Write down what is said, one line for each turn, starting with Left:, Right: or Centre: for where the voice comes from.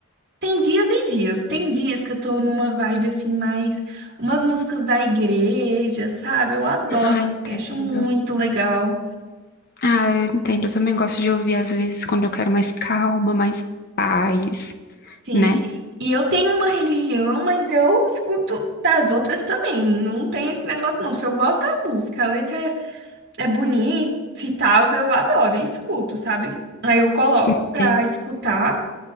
Right: Tem dias e dias. Tem dias que eu tô numa vibe assim, mais umas músicas da igreja, sabe? Eu adoro,
Left: Ah, entendo.
Right: eu acho muito legal.
Left: Ah, eu entendo. Eu também gosto de ouvir às vezes quando eu quero mais calma, mais paz,
Right: Sim.
Left: né?
Right: E eu tenho uma religião, mas eu escuto das outras também. Não tem esse negócio, não. Se eu gosto da música, a letra é, é bonita e tal, eu adoro e escuto, sabe? Aí eu coloco
Left: Entendo.
Right: pra escutar